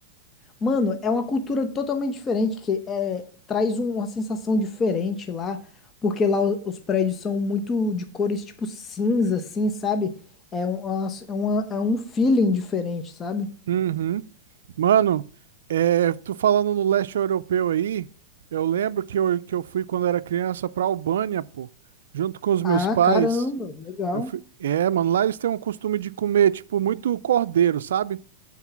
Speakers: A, on the left; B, on the right.
A: Mano, é uma cultura totalmente diferente, que é, traz um- uma sensação diferente lá, porque lá o- os prédios são muito de cores tipo cinza, assim, sabe? É um, é uma- é uma- é um feeling diferente, sabe?
B: uhum. Mano, é, tu falando no leste europeu aí, eu lembro que eu, que eu fui quando era criança pra Albânia, pô, junto com os meus
A: Ah,
B: pais.
A: caramba, legal.
B: Eu fui... É, mano, lá eles têm um costume de comer, tipo, muito cordeiro, sabe?